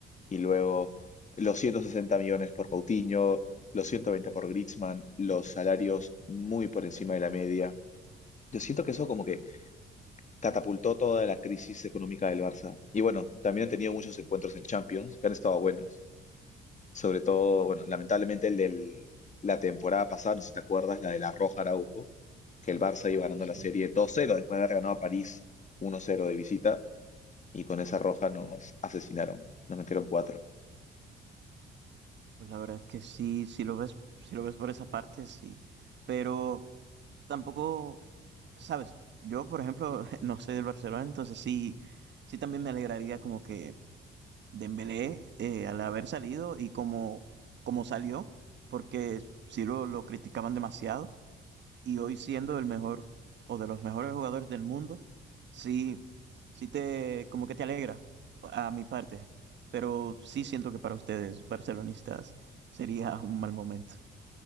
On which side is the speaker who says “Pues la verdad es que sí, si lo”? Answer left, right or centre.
Right